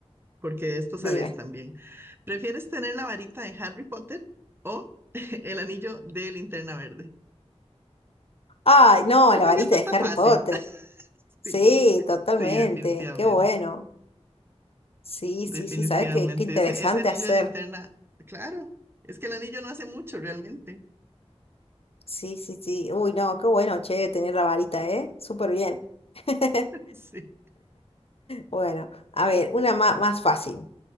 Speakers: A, on the right; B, on the left.
A: porque de esto sabes
B: Dime.
A: también. ¿Prefieres tener la varita de Harry Potter o <laughs> el anillo de Linterna Verde?
B: Ay, no,
A: Yo
B: la
A: creo
B: varita
A: que esta
B: de
A: está
B: Harry
A: fácil.
B: Potter.
A: <laughs>
B: Sí,
A: Sí,
B: totalmente.
A: sí, definitivamente,
B: Qué bueno. Sí,
A: definitivamente.
B: sí, sí, ¿sabes qué? Qué interesante
A: Ese, ese anillo
B: hacer.
A: de linterna, claro, es que el anillo no hace mucho realmente.
B: Sí, sí, sí. Uy, no, qué bueno, che, tener la varita, ¿eh? Súper bien. <laughs>
A: <laughs> Sí.
B: Bueno, a ver, una ma- más fácil.